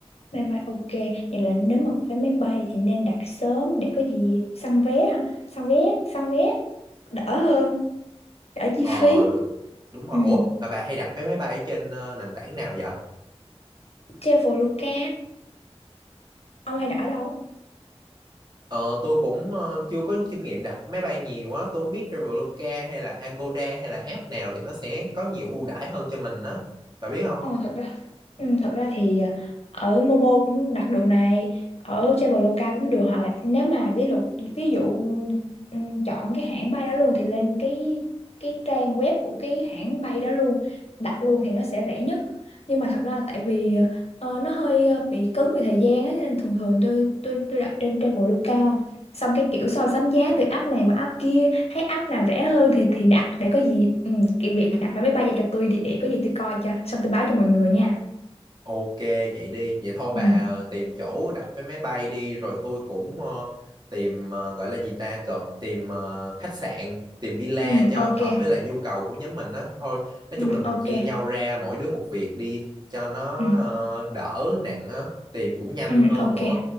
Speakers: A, on the left; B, on the right.
A: máy bay ok vậy là nếu mà vé máy bay thì nên đặt sớm để có gì săn vé ha săn vé săn vé đỡ hơn đỡ chi
B: ờ
A: phí
B: đúng, đúng rồi
A: ừ
B: ủa mà bà hay đặt vé máy bay trên ờ, nền tảng nào vậy
A: Traveloka Ông hay đã ở đâu?
B: ờ tôi cũng ờ, chưa có kinh nghiệm đặt máy bay nhiều á tôi không biết Traveloka hay là Agoda hay là app nào thì nó sẽ có nhiều ưu đãi hơn cho mình á bà biết không
A: Ờ, thật ra Ừ, thật ra thì ở Momo cũng đặt được này ở Traveloka cũng được hoặc là nếu mà ví dụ ví dụ ừm, chọn cái hãng bay đó luôn thì lên cái cái trang web của cái hãng bay đó luôn đặt luôn thì nó sẽ rẻ nhất nhưng mà thật ra tại vì ờ, nó hơi ờ, bị cứng về thời gian á nên thường thường tôi tôi tôi đặt trên Traveloka xong cái kiểu so sánh giá từ app này qua app kia thấy app nào rẻ hơn thì thì đặt để có gì ừ, cái việc đặt vé máy bay ra cho tôi đi để có gì tôi coi cho xong tôi báo cho mọi người nha
B: Ok vậy đi Vậy thôi bà
A: ừ
B: ờ, tìm chỗ đặt vé máy bay đi Rồi tôi cũng ờ, tìm ờ, gọi là gì ta Trời, Tìm ờ, khách sạn Tìm villa
A: ừ
B: cho
A: ok
B: hợp với lại nhu cầu của nhóm mình á Thôi nói
A: ừ
B: chung là mình
A: ok
B: chia nhau ra Mỗi đứa một việc đi Cho nó
A: ừ
B: ờ, đỡ nặng á Tìm cũng nhanh
A: ừ
B: hơn
A: ok
B: nữa